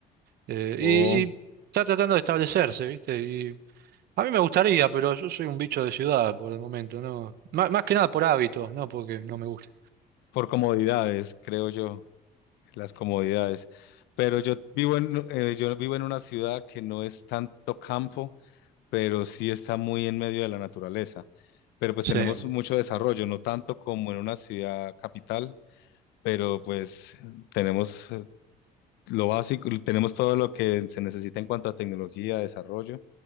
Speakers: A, on the right (about 70°); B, on the left (about 90°).
A: Eh, y,
B: O
A: y está tratando de establecerse, ¿viste? Y a mí me gustaría, pero yo soy un bicho de ciudad por el momento, ¿no? Má- más que nada por hábitos, ¿no? Porque no me gusta.
B: por comodidades, creo yo. las comodidades. Pero yo vivo en, eh, yo vivo en una ciudad que no es tanto campo, pero sí está muy en medio de la naturaleza. Pero pues
A: Sí.
B: tenemos mucho desarrollo, no tanto como en una ciudad capital, pero pues tenemos eh, lo básico, tenemos todo lo que se necesita en cuanto a tecnología, desarrollo,